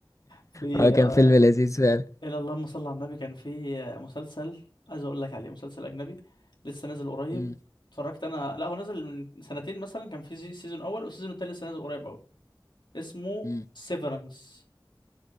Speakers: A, on the left; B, on the left.
A: في
B: اه كان
A: آه،
B: فيلم لذيذ فعلا
A: الى اللهم صل على النبي كان في آه، مسلسل عايز اقول لك عليه مسلسل اجنبي لسه نازل قريب
B: مم،
A: اتفرجت انا لا هو نازل من سنتين مثلا كان في زي- سيزون اول والسيزون التاني لسه نازل قريب قوي اسمه
B: مم.
A: سيفرنس